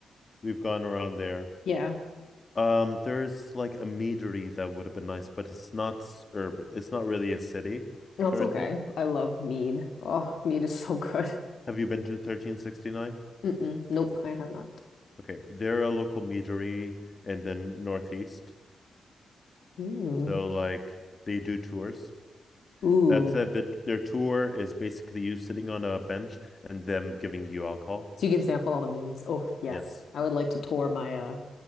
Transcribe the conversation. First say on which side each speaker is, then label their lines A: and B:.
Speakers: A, on the left (about 40°); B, on the left (about 70°).
A: We've gone around there.
B: Yeah.
A: Um, there's like a meadery that would have been nice, but it's not urban. It's not really a city
B: That's
A: sort
B: okay.
A: of thing.
B: I love mead. Oh, mead is so good.
A: Have you been to 1369?
B: Mm-mm. Nope, I have not.
A: Okay, they're a local meadery and then northeast.
B: Mm.
A: So like they do tours.
B: Ooh.
A: That said, that their tour is basically you sitting on a bench and them giving you alcohol.
B: So you can sample all the meads. Oh, yes.
A: Yes.
B: I would like to tour my uh